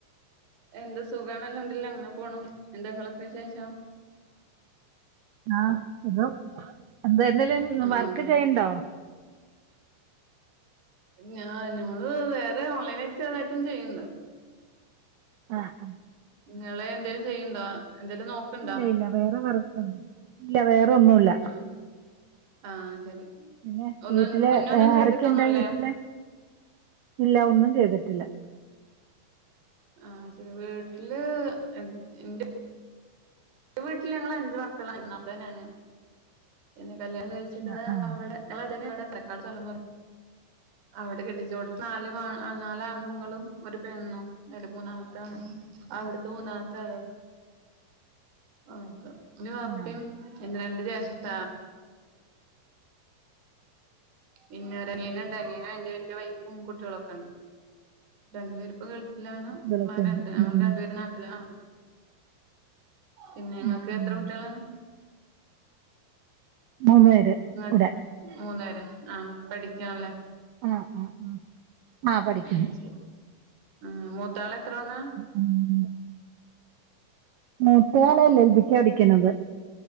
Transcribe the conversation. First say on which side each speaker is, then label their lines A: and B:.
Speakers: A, on the right (about 60°); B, on the right (about 80°).
A: എന്ത് സുഖ ണ് അൽഹംദുലില്ലാഹ് അങ്ങനെ പോണു എന്താ ഇ ങ്ങളൊക്കെ വിശേഷം?
B: ആ സുഖം എന്താ എന്തേലും
A: ആഹ്
B: വർക്ക് ചെയ്യണ്ടോ?
A: ഞ ഞമ്മള് വേറെ ഓൺലൈനായിട്ട് ചെർതായിട്ട് ചെയ്യുണ്ട്
B: ആഹ്
A: ഇങ്ങള് എന്തേലും ചെയ്യ്ണ്ടോ എന്തേലും നോക്ക്ണ്ടോ
B: ഇല്ല ഇല്ല വേറെ വർ ക്ക് ഇല്ല വേറെ ഒന്നുല്ല
A: ആഹ് ആഹ് ശരി
B: പിന്നെ
A: ഒന്നും
B: വീട്ടില്
A: മുന്നൊന്നും ചെയ്തിട്ടൊന്നുല്ലേ
B: ആരൊക്കെണ്ട് വീട്ടില്? ഇല്ല ഒന്നും ചെയ്തിട്ടില്ല
A: ആ ശരി വീട്ടില് ഇന്റെ വീട്ടിൽ ഞങ്ങള് അഞ്ചു മക്കള ഒന്നാമത്തെ ഞാനാ പിന്നെ കല്യാണം കഴിച്ചിരിക്ക
B: ആഹ് ആഹ്
A: അവിടെ <unintelligible> തലമുറ അവിടെ കെട്ടിച്ചു കൊടു നാല് മാ അ നാല്ആണ്ങ്ങളും ഒരു പെണ്ണും അയ്ല് മൂന്നാമത്തെ ആണ് അവിടുത്തെ മൂന്നാമത്തെ ആണ് ഓ പിന്നെ വാപ്പിം
B: ആഹ്
A: രണ്ടു ജേഷ്ട പിന്നെ ഒരു അനിയൻ ഉണ്ട് അനിയന്റെ വൈഫും കുട്ടികളൊക്കെ ഉണ്ട് രണ്ടു പേര് ഇപ്പോ ഗൾഫിലാണ്
B: കുട്ടികളൊക്കെണ്ട്
A: രണ്ട് ഞങ്ങള്
B: ഉം
A: രണ്ടുപേര് നാട്ടില് ആ പിന്നെ നിങ്ങൾക്ക്
B: ഉം
A: എത്ര
B: ഉം
A: കുട്ടികളാ
B: മൂന്ന് പേര്
A: അ
B: ഇവിടെ
A: മൂന്ന് പേരോ ആഹ് പഠിക്കാണ്ല്ലേ
B: ആഹ് ആഹ് ആഹ് ആഹ് പഠിക്കുന്നു
A: ആ ശരി ആ മൂത്താള് എത്ര വന്ന
B: ഉം മൂത്തയാള് എൽ എൽ ബിക്കാ പഠിക്ക്ണത്